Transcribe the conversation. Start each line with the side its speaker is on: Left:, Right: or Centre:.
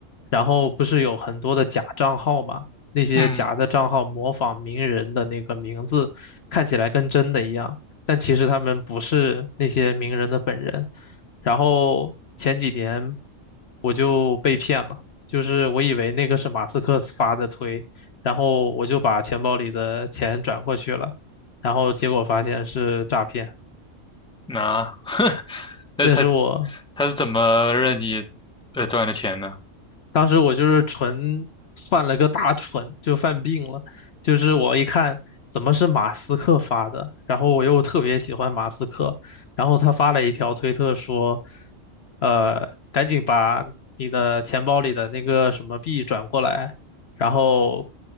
Left: 然后不是有很多的假账号嘛，那些假的账号模仿名人的那个名字，
Centre: 嗯，
Left: 看起来跟真的一样。但其实他们不是那些名人的本人，然后前几年我就被骗了，就是我以为那个是马斯克发的推，然后我就把钱包里的钱转过去了，然后结果发现是诈骗，
Centre: 那、<laughs> 那他
Left: 那是我
Centre: 他是怎么让你呃赚的钱呢？
Left: 当时我就是纯犯了个大蠢，就犯病了。就是我一看怎么是马斯克发的，然后我又特别喜欢马斯克，然后他发了一条推特说，呃，赶紧把你的钱包里的那个什么币转过来，然后